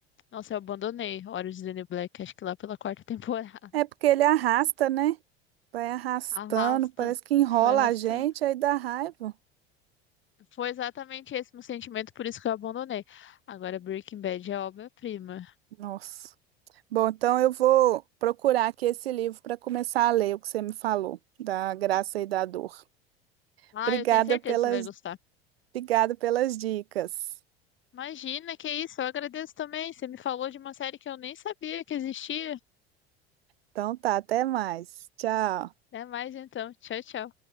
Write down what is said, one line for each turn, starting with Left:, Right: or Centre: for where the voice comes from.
Left: Nossa, eu abandonei Orange is the New Black, acho que lá pela quarta <laughs> temporada.
Right: É porque ele arrasta, né? Vai arrastando,
Left: Arrasta.
Right: parece que enrola
Left: Foi arrastando.
Right: a gente, aí dá raiva.
Left: Foi exatamente esse meu sentimento, por isso que eu abandonei. Agora Breaking Bad é obra-prima.
Right: Nossa. Bom, então eu vou procurar aqui esse livro para começar a ler o que você me falou, da graça e da dor.
Left: Ah,
Right: Obrigada
Left: eu tenho certeza
Right: pelas,
Left: que você vai gostar.
Right: obrigada pelas dicas.
Left: Imagina, que isso, eu agradeço também. Você me falou de uma série que eu nem sabia que existia.
Right: Então tá, até mais. Tchau.
Left: Até mais então. Tchau, tchau.